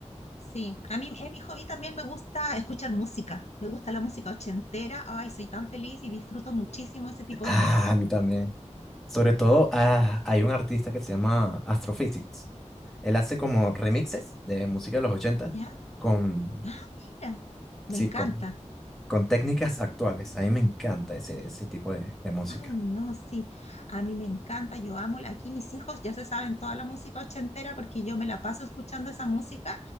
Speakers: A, on the left; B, in the centre.
A: Sí, a mí en mi hobby también me gusta escuchar música, me gusta la música ochentera, ay, soy tan feliz y disfruto muchísimo ese tipo
B: Ah,
A: de música.
B: a mí también. Sobre todo, ah, hay un artista que se llama Astrophysics. Él hace como remixes de música de los 80
A: ¿Ya?
B: con,
A: Ah, mira,
B: sí,
A: me encanta.
B: con, con técnicas actuales. A mí me encanta ese, ese tipo de, de música.
A: Ay, no, sí, a mí me encanta, yo amo, la- aquí mis hijos ya se saben toda la música ochentera porque yo me la paso escuchando esa música,